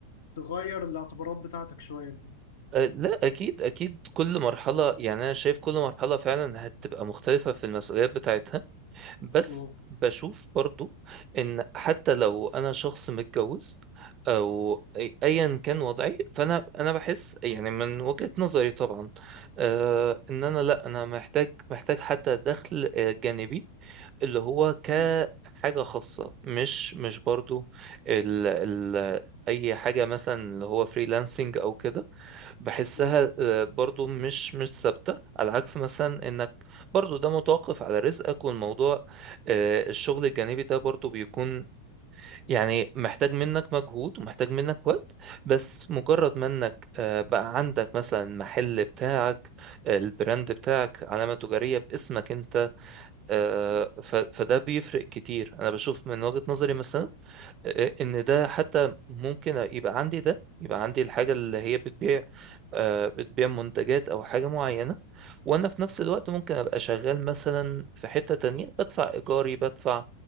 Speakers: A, on the left; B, on the right.
A: تغير الاعتبارات بتاعتك شوية
B: أه لا اكيد اكيد كل مرحله
A: اه
B: يعني انا شايف كل مرحله فعلا هتبقى مختلفه في المسؤوليات بتاعتها بس
A: مم.
B: بشوف برضو ان حتى لو انا شخص متجوز او أي- ايا كان وضعي فانا انا بحس يعني من وجهة نظري طبعا آه ان انا لا انا محتاج محتاج حتى دخل آه، جانبي اللي هو كحاجة
A: مم.
B: خاصة مش مش برضو ال ال اي حاجة مثلا اللي هو فريلانسنج او كده بحسها
A: مم.
B: آه، برضو مش مش ثابتة على عكس مثلا انك برضو ده متوقف على رزقك والموضوع آه، الشغل الجانبي ده برضو بيكون يعني محتاج منك مجهود ومحتاج منك وقت بس مجرد ما انك آه، بقى عندك مثلا محل بتاعك آه، البراند بتاعك علامة تجارية باسمك انت آه،
A: مم.
B: ف- فده بيفرق كتير انا بشوف من وجهة نظري مثلا آه، ان ده حتى ممكن يبقى عندي ده يبقى عندي الحاجة اللي هي بتبيع آه، بتبيع منتجات او حاجة معينة وانا في نفس الوقت ممكن ابقى شغال مثلا في حتة تانية بدفع ايجاري بدفع